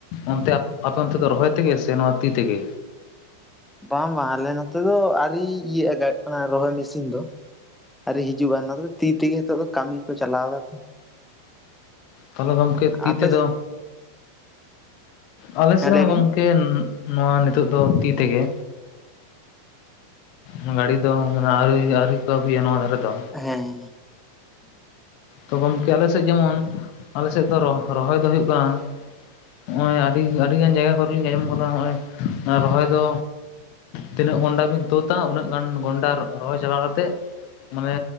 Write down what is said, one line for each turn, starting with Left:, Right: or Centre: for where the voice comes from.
Left: ᱚᱱᱛᱮ ᱟ ᱟᱯᱮ ᱚᱱᱛᱮ ᱫᱚ ᱨᱚᱦᱚᱭ ᱛᱮᱜᱮ ᱥᱮ ᱱᱚᱣᱟ ᱛᱤ ᱛᱮᱜᱮ᱾
Centre: ᱵᱟᱝ-ᱵᱟᱝ ᱟᱞᱮ ᱱᱚᱛᱮ ᱫᱚ ᱟᱹᱣᱨᱤ ᱤᱭᱟᱹᱜᱼᱟ ᱚᱱᱟ ᱨᱚᱦᱚᱭ ᱢᱮᱥᱤᱱ ᱫᱚ᱾ ᱟᱹᱣᱨᱮ ᱦᱤᱡᱩᱜᱼᱟ ᱱᱚᱛᱮ ᱫᱚ ᱛᱤ ᱛᱮᱜᱮ ᱦᱤᱛᱚᱜ ᱫᱚ ᱠᱟᱹᱢᱤ ᱠᱚ ᱪᱟᱞᱟᱣᱮᱫᱟ ᱛᱚ᱾
Left: ᱛᱟᱦᱚᱞᱮ ᱜᱚᱢᱠᱮ ᱛᱤ
Centre: ᱟᱯᱮ
Left: ᱛᱮᱫᱚ
Centre: ᱥᱮᱫ
Left: ᱟᱞᱮ ᱥᱮᱫ
Centre: ᱦᱮᱸ
Left: ᱦᱚᱸ
Centre: ᱞᱟᱹᱭ ᱵᱤᱱ
Left: ᱜᱚᱢ ᱠᱮ ᱱᱚᱣᱟ ᱱᱤᱛᱚᱜ ᱫᱚ ᱛᱤ ᱛᱮᱜᱮ ᱟᱨ ᱜᱟᱹᱰᱤ ᱫᱚ ᱦᱟᱜ ᱟᱹᱣᱨᱤ, ᱟᱹᱣᱨᱤ ᱠᱚ ᱟᱹᱜᱩᱭᱟ ᱱᱚᱣᱟ ᱫᱷᱟᱨᱮ ᱫᱚ᱾
Centre: ᱦᱮᱸ-ᱦᱮᱸ᱾
Left: ᱛᱚ ᱜᱚᱝᱠᱮ ᱟᱞᱮᱥᱮᱫ ᱡᱮᱢᱚᱱ ᱟᱞᱮ ᱥᱮᱫ ᱫᱚ ᱨᱚᱦᱚᱭ ᱫᱚ ᱦᱩᱭᱩᱜ ᱠᱟᱱᱟ᱾ ᱱᱚᱜᱚᱭ ᱟᱹᱰᱤ, ᱟᱹᱰᱤᱜᱟᱱ ᱡᱟᱭᱜᱟ ᱠᱚᱨᱮ ᱞᱤᱧ ᱟᱸᱡᱚᱢ ᱟᱠᱟᱫᱟ ᱱᱚᱜᱼᱚᱭ ᱨᱚᱦᱚᱭ ᱫᱚ, ᱛᱤᱱᱟᱹᱜ ᱜᱚᱱᱰᱟ ᱵᱤᱱ ᱛᱩᱫᱟ ᱩᱱᱟᱹᱜ ᱜᱟᱱ ᱜᱚᱱᱰᱟ ᱨᱚᱦᱚᱭ ᱪᱟᱵᱟ ᱠᱟᱛᱮᱫ, ᱢᱟᱱᱮ